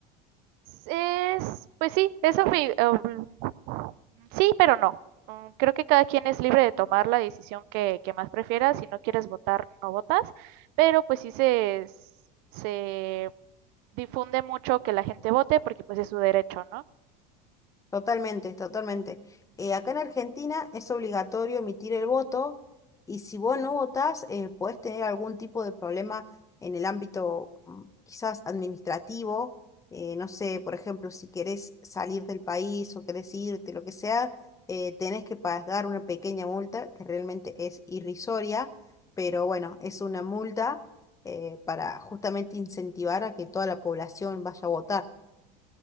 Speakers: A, on the right (about 60°); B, on the left (about 15°).
A: Es, pues sí, eso fue, um, sí, pero no. Mm, Creo que cada quien es libre de tomar la decisión que, que más prefiera. Si no quieres votar, no votas. Pero pues sí se, se difunde mucho que la gente vote porque pues es su derecho, ¿no?
B: Totalmente, totalmente. Eh, acá en Argentina es obligatorio emitir el voto y si vos no votás, eh, podés tener algún tipo de problema en el ámbito mm, quizás administrativo. eh, no sé, por ejemplo, si querés salir del país o querés irte, lo que sea, eh, tenés que pagar una pequeña multa que realmente es irrisoria, pero bueno, es una multa eh, para justamente incentivar a que toda la población vaya a votar.